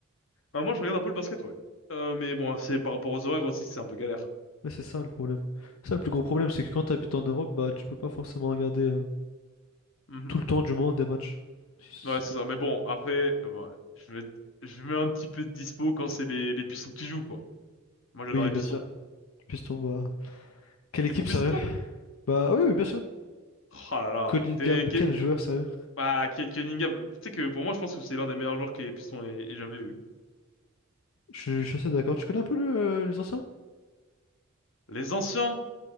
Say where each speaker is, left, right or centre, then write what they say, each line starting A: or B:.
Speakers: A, on the left; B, on the left.
A: Euh, moi, je regarde un peu le basket, ouais. Euh, mais bon, c'est par rapport aux horaires aussi, c'est un peu galère.
B: Mais c'est ça le problème. Ça, le plus gros problème, c'est que quand tu habites en Europe, bah tu peux pas forcément regarder euh,
A: Mhm.
B: tout le temps du monde des matchs. Si
A: Ouais,
B: C'est
A: c'est
B: comme-
A: ça. Mais bon, après, euh, bah, je vais, je mets un petit peu de dispo quand c'est les, les Pistons qui jouent, quoi. Moi, j'adore
B: Oui,
A: les
B: bien
A: Pistons.
B: sûr. Piston, bah. Quelle
A: T'es
B: équipe,
A: pour Pistons,
B: sérieux?
A: toi?
B: Bah oui, oui, bien sûr.
A: Oh là là.
B: Cunningham,
A: T'es,
B: quel joueur, sérieux?
A: Bah, Kate Cunningham, euh, tu sais que pour moi, je pense que c'est l'un des meilleurs joueurs que les Pistons aient, aient jamais vu.
B: Je, je suis assez d'accord. Tu connais un peu le, euh, les anciens?
A: Les anciens?